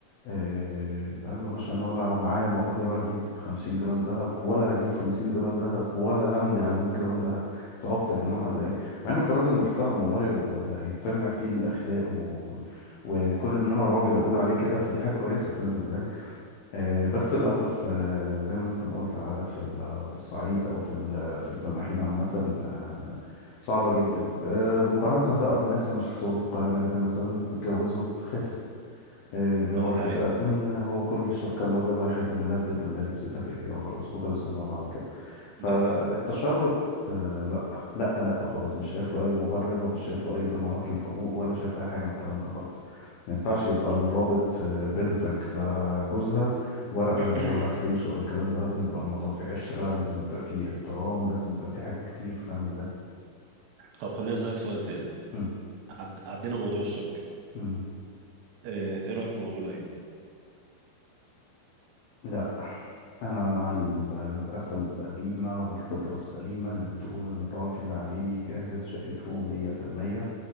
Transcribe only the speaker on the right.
امم
امم
امم.
اه ده حقيقة
ده حقيقة
ده حقيقة
<clears throat>
طب خليني اسألك سؤال تاني
عد... عدينا موضوع الشبكة
اه، ايه رأيك في موضوع القايمة